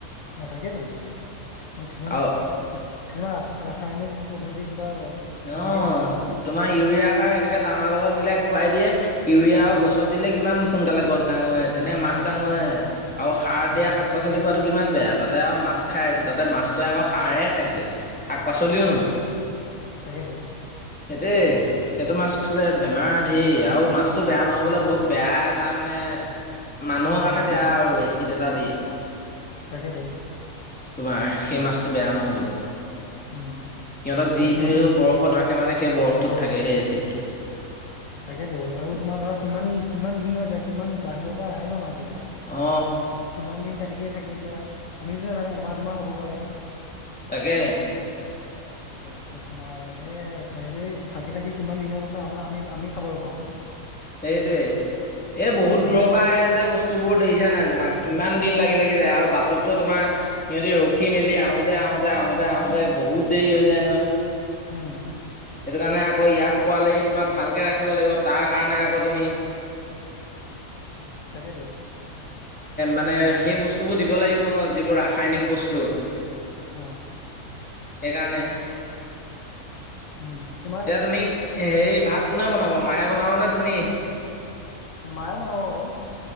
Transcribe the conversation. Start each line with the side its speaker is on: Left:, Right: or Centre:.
Left: অ তাকেটো মই কিছুমান
Centre: আৰু
Left: কিছুমান আছে। ৰাসায়নিক পদ্ধতি কিবা।
Centre: অ
Left: দিয়ে আৰু
Centre: তোমাৰ ইউৰিয়া সাৰ এনেকে দানা লগত মিলাই খুৱাই দিয়ে। ইউৰিয়া
Left: উম
Centre: আৰু গছত দিলে কিমান সোনকালে গছ। ডাঙৰ হৈ তেনে ডাঙৰে তেনেক
Left: অ
Centre: মাছ
Left: হয়
Centre: ডাঙৰে
Left: উম
Centre: আৰু সাৰ দিয়া
Left: অ
Centre: শাক পাচলি খোৱাটো কিমান বেয়া তাতে আৰু মাছ। মাছ খাই আছে
Left: তাক
Centre: তাতে মাছটোৱ আকৌ সাৰহে খাইছে শাক পাচলিও নহয়।
Left: তাকেইটো।
Centre: সেটোৱেই সেইটো মাছ খালে বেমাৰ ধেই আৰু মাছতটো বেয়া নহ'বলে বহুত বেয়া এটা মানে। মানুহৰ কাৰণে
Left: উম
Centre: বেয়া আৰু এ চিট এটা দিযে।
Left: তাকেতো।
Centre: তোমাৰ সেই মাছটো বেয়া নহবলে। সিহঁতক
Left: উম
Centre: যিটোৱেও
Left: আৰু মানে
Centre: বৰফত ৰাখে মানে সেই বৰফটোত
Left: তাকে
Centre: থাকে
Left: অ
Centre: সেই এচিডটো।
Left: তাকেতো আৰু তোমাৰ ধৰা কিমান কিমান দিন হৈ যায় কিমান বাহিৰৰ পৰা আহে ন মাছ।
Centre: অ।
Left: কিমান দিন তেনেকেইে থাকে এতিয়া আমিতো নাজানো এমাহ দুমাহ হ'ব পাৰে।
Centre: তাকে।
Left: <inaudible> তাৰ পিছত তোমাৰ স তেনেকে থাকি থাকি কিমান দিনৰ পাছত আমাৰ আমি আমি খাবলৈ পাওঁ। <unintelligible>
Centre: সেইটোৱে এই
Left: বোলে
Centre: বহুত
Left: জিকাই
Centre: দূৰৰ পৰা আহে যে বস্তুবোৰ দেখিছা নাই তোমাক। <unintelligible> কিমান দিন লাগি লাগি যায় আৰু বাটতটো তোমাৰ সিহঁতি ৰখ। ৰখি মেলি আহোতে আহোতে আহোতে আহোতে বহুত দেৰি হৈ যায় নহয়।
Left: উম
Centre: সেইটো কাৰণে আকৌ ইয়াত পোৱালেহি তোমাৰ ভালকৈ ৰাখিব লাগিব তাৰ কাৰণে আকৌ তুমি। <unintelligible> <unintelligible>
Left: তাকেতো।
Centre: মানে সেই বস্তুবোৰ দিব লাগিব ন যিবোৰ ৰাসায়নিক বস্তু।
Left: অ
Centre: সেইকাৰণে।
Left: উম তোমাৰ।
Centre: এতিয়া তুমি হেৰি ভাত কোনে বনাব মায়ে বনাবনে তুমি।
Left: মায়ে বনাব বাও।